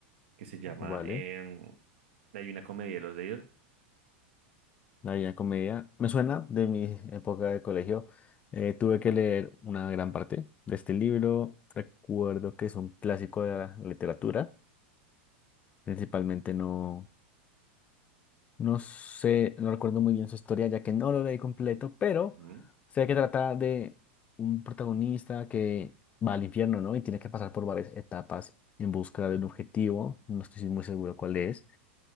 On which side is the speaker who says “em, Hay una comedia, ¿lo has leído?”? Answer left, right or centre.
Right